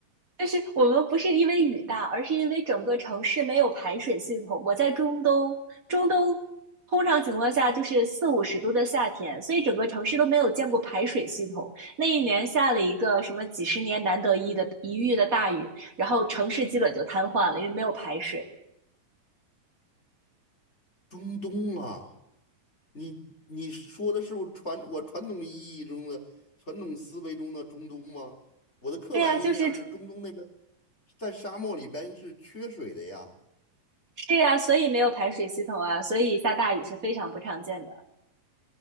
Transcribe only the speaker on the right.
但是我们不是因为雨大，而是因为整个城市没有排水系统。我在中东，中东通常情况下就是四五十度的夏天，所以整个城市都没有见过排水系统。那一年下了一个什么几十年难得一的一遇的大雨，然后城市基本就瘫痪了，因为没有排水。
对呀，就是
是呀，所以没有排水系统啊，所以下大雨是非常不常见的。